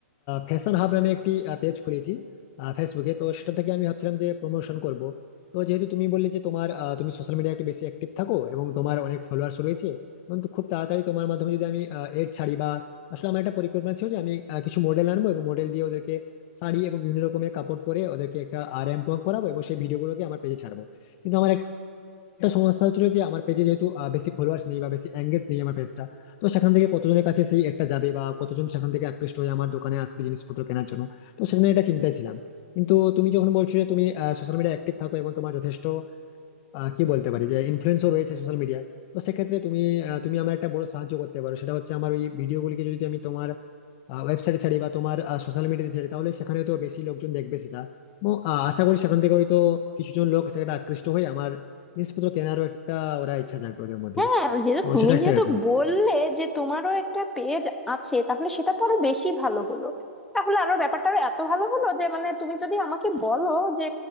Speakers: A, on the left; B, in the centre.
A: ফ্যাশন হাব নামে একটি পেজ খুলেছি ফেসবুকে তো সেটা থেকে আমি ভাবছিলাম যে প্রমোশন করব তো যেহেতু তুমি বললে যে তোমার আহ, তুমি সোশ্যাল মিডিয়া একটু বেশি অ্যাক্টিভ থাকো এবং তোমার অনেক ফলোয়ার্স রয়েছে এবং তো খুব তাড়াতাড়ি তোমার মাধ্যমে যদি আমি এড ছাড়ি বা আসলে আমার একটা পরিকল্পনা ছিল যে আমি আহ, কিছু মডেল আনবো এবং মডেল দিয়ে ওদেরকে শাড়ি এবং বিভিন্ন রকমের কাপড় পরে ওদেরকে একটা র্যাম্প ওয়াক করাবো এবং সেই ভিডিওগুলোকে আমার পেজে ছাড়বো কিন্তু আমার একটা সমস্যা হচ্ছিল যে আমার পেজে যেহেতু আহ, বেশি ফলোয়ার্স নেই বা বেশি এঙ্গেজ নেই আমার পেজটা তো সেখান থেকে কতজনের কাছে সেই একটা যাবে বা কতজন সেখান থেকে আকৃষ্ট হয়ে আমার দোকানে আসবে জিনিসপত্র কেনার জন্য তো সেখানে একটা চিন্তায় ছিলাম কিন্তু তুমি যখন বলছো যে তুমি সোশ্যাল মিডিয়া অ্যাক্টিভ থাকো এবং তোমার যথেষ্ট আহ, কি বলতে পারি যে ইনফ্লুয়েন্সও রয়েছে সোশ্যাল মিডিয়া তো সেক্ষেত্রে তুমি আহ, তুমি আমার একটা বড় সাহায্য করতে পারো সেটা হচ্ছে আমার ওই ভিডিওগুলিকে যদি আমি তোমার ওয়েবসাইটে ছাড়ি বা তোমার সোশ্যাল মিডিয়াতে ছাড়ি তাহলে সেখানে তো বেশি লোকজন দেখবে সেটা এবং আহ, আশা করি সেখান থেকে হয়তো কিছুজন লোক সেটা আকৃষ্ট হয়ে আমার জিনিসপত্র কেনারও একটা ওরা ইচ্ছা জাগবে ওদের মধ্যে
B: হ্যাঁ ওই যেহেতু
A: তো
B: তুমি
A: সেটা একটা
B: যেহেতু
A: ব্যাপার
B: বললে যে তোমারও একটা পেজ আছে তাহলে সেটা তো আরো বেশি ভালো হলো তাহলে আরো ব্যাপারটা আরো এত ভালো হলো যে মানে তুমি যদি আমাকে বলো যে